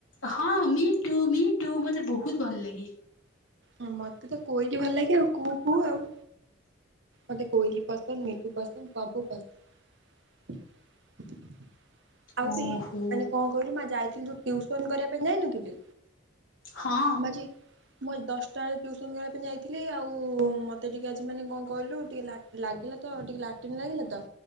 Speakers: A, on the left; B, on the right.
A: ହଁ ମିଟୁ ମିଟୁ ମତେ ବହୁତ ଭଲ ଲାଗେ।
B: ହଁ ମତେ ତ କୋଇଲି ଭଲ ଲାଗେ ଆଉ କୁ କୁ ଆଉ। ମତେ କୋଇଲି ପସନ୍ଦ ମିଟୁ ପସନ୍ଦ ସବୁ ପସନ୍ଦ। <inaudible> ଆଉ
A: ଓହୋ
B: ବି ମାନେ କଣ କହିଲୁ ମା ଯାଇଥିଲି ତ ଟିଉସନ କରିବା ପାଇଁ ଯାଇନଥିଲି
A: ହଁ
B: ମୁଁ ଆଜି ମୁଁ ଆଜି ଦଶ ଟାଳେ ଟ୍ୟୁସନ କରିବା ପାଇଁ ଯାଇଥିଲି ଆଉ ମତେ ଟିକେ ଆଜି ମାନେ କଣ କହିଲୁ ଟିକେ ଲା ଲାଗିଲା ତ ଟିକେ ଲାଟିନ ଲାଗିଲା ତ